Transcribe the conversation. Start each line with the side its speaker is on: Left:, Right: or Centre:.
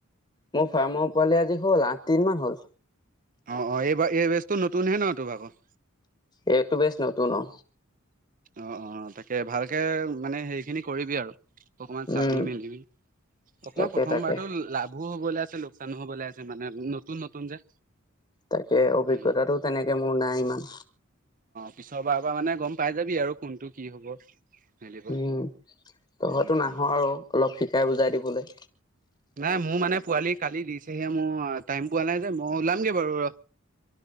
Left: মোৰ ফাৰ্মৰ পোৱালি আজি হ'ল আঠদিনমান হ'ল।
Right: অ অ এইবাৰ এই বেজটো নতুনহে ন তোৰ আকৌ?
Left: এই এইটো বেছ নতুন অ।
Right: অ অ তাকে ভালকে মানে সেই খিনি কৰিবি আৰু। অকমান চাবি
Left: উম
Right: মেলিবি অকণমান
Left: তাকে
Right: প্ৰথমবাৰতটো
Left: তাকে
Right: লাভ ভুল হ'বলৈ আছে লোকচানো হ'বলৈ আছে মানে নতুন নতুন যে।
Left: তাকে অভিজ্ঞতাটো
Right: উম
Left: তেনেকে মোৰ নাই ইমান।
Right: পিছৰ বাৰৰ পৰা মানে গম পাই যাবি আৰু কোনটো কি হ'ব। মেলিব
Left: উম, তহঁতটো
Right: উম
Left: নাহো
Right: উম
Left: আৰু, অলপ শিকাই বুজাই দিবলে।
Right: নাই মোৰ মানে পোৱালি কালি দিছেহে মোৰ, টাইম পোৱা নাই যে মই উলামগে বাৰু ৰ'।